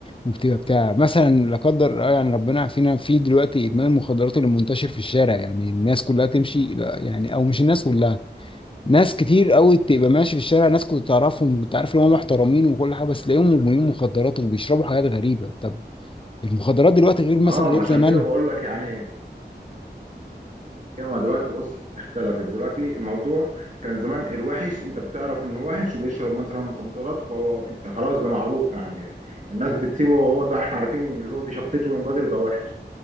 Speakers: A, on the left (about 30°); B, on the right (about 45°).
A: وبتبقى بتاع مثلا لا قدر آه يعني ربنا يعافينا في دلوقتي إدمان المخدرات اللي منتشر في الشارع يعني الناس كلها تمشي لا، يعني أو مش الناس كلها ناس كتير قوي تبقى ماشي في الشارع ناس كنت تعرفهم كنت عارف ان هم محترمين وكل حاجه بس تلاقيهم مدمنين مخدرات وبيشربوا حاجات غريبه طب المخدرات دلوقتي غير مثلا
B: اه
A: غير
B: ما عشان
A: زمان
B: كده بقول لك يعني ايه هي ما دلوقتي بص اختلفت دلوقتي الموضوع كان زمان الوحش انت بتعرف انه وحش وبيشرب مثلا مخدرات وهو انت خلاص ده معروف يعني الناس بتسيبه وهو ده احنا عارفين اللي هو دي شخصيته من بدري ده وحش